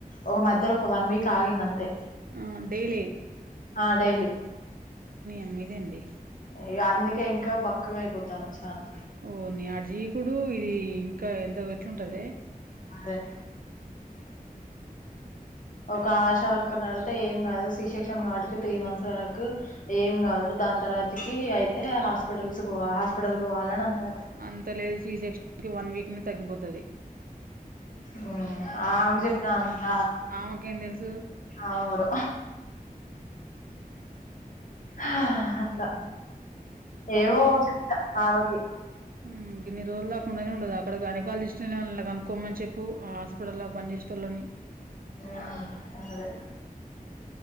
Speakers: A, on the left; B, on the right.
A: ఒక మధ్యలో ఒక వన్ వీక్ ఆగింది అంతే
B: ఆ డెయిలీ
A: ఆ డెలీ
B: అమ్మ ఇదేంది
A: ఇగా అందు ఇంకా ఇంకా బక్కగా అయిపోతనావ్ చానా
B: ఓర్ ని ఆడు జీకుడు ఇది ఇంకా ఎందో ఎట్లుంటదే
A: అగే ఒక ఆశా వర్కర్ అడుగుతే ఏం కాదు సి సెక్షన్ కావటికి త్రీ మంత్స్ వరకు ఏం కాదు దాని తర్వాతికి అయితే హాస్పిటల్స్ పో హాస్పిటల్ పోవాలని అన్నది
B: అంత లేదు సి సెక్షన్ కి వన్ వీక్ ఉన్ తగ్గిపోతది
A: ఉమ్
B: హ్మ్.
A: ఆమెకు చెప్పినంత
B: ఆమెకేం తెలుసు
A: ఆమె ఎవరో
B: హ్మ్.
A: ఆ అట్లా ఏవో చెప్తా ఆ వాకి
B: ఉ గిన్ని రోజుల దాకా ఉండనే ఉండదు అక్కడ గైనకాల్ జస్ట్ ఎవ్వలు నన్న కనుక్కోమని చెప్పు ఆ హాస్పిటల్ల్లో పని చేసేటోళ్ళని
A: ఆ అదే